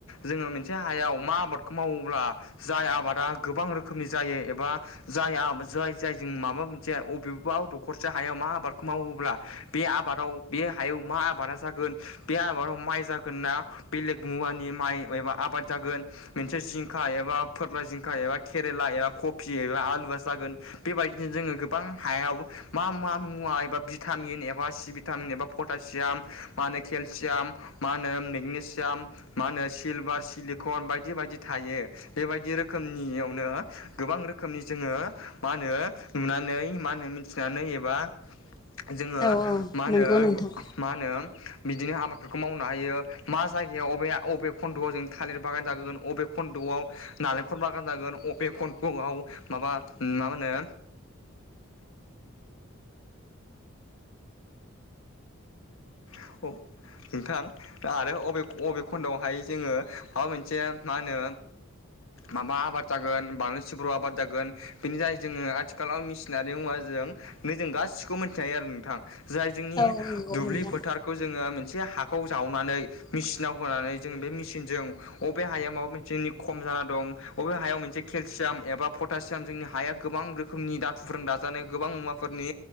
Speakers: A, on the left (about 70°); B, on the left (about 20°).
A: जोङो मोनसे हायाव मा आबादखौ मावोब्ला जाय आबादा गोबां रोखोमनि जायो एबा जाय जाय जाय जों माबा मोनसे अबेबा दखरसे हायाव मा आबादखौ मावोब्ला बे आबादाव बे हायाव मा आबादा जागोन बे आबादाव माइ जागोन ना बेलेग मुवानि माइ एबा आबाद जागोन मोनसे जिंखा एबा फोरला जिंखा एबा केरेला एबा कफि एबा आलुआ जागोन। बेबायदिनो जोङो गोबां हायाव मा मा मुवा एबा भिटामिन एबा सि भिटामिन एबा पटासियाम मा होनो केलसियाम मा होनो मेगनेसियाम मा होनो सिलभार सिलिकन बायदि बायदि थायो बेबायदि रोखोमनियावनो गोबां रोखोमनि जोङो मा होनो नुनानै मा होनो मिथिनानै एबा जोङो
B: औ औ
A: मा होनो
B: नंगौ नोंथां
A: मा होनो बिदिनो आबादफोरखौ मावनो हायो मा जायगायाव अबे अबे खन्द'आव जों थालिर बागान जागोगोन बबे खन्द'आव नालेंखल बागान जागोन अबे खन्द'आव माबा मा होनो? <unintelligible> नोंथां आरो अबे अबे खन्दआवहाय जोङो माबा मोनसे मा होनो माबा आबाद जागोन बानलु सिब्र' आबाद जागोन बेनि जाय जोङो आथिखालाव मेसिनारि मुवाजों नै जों गासिखौबो मिथि हायो आरो नोंथां जाय जोंनि
B: औ नंगौ
A: दुब्लि
B: नोंथां
A: टारखौ जोङो मोनसे हाखौ जावनानै मेचिनाव होनानै जों बे मेचिनजों अबे हाया माबा मोनसेनि खम जा दं बबे हायाव मोनसे केलसियाम एबा पट पटासियाम जोंनि हाया गोबां रोखोमनि दातुफोरजों दाजानाय गोबां मुवाफोरनि